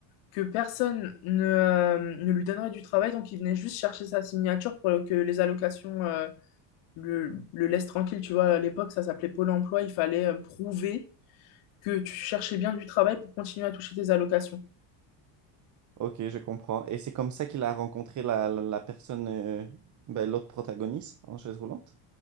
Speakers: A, on the left; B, on the right.
A: que personne ne, euh, ne lui donnerait du travail. Donc, il venait juste chercher sa signature pour que les allocations euh, le, le laissent tranquille. Tu vois, à l'époque, ça s'appelait Pôle emploi. Il fallait euh, prouver que tu cherchais bien du travail pour continuer à toucher tes allocations.
B: Ok, je comprends. Et c'est comme ça qu'il a rencontré la, la, la personne, euh, ben, l'autre protagoniste en chaise roulante.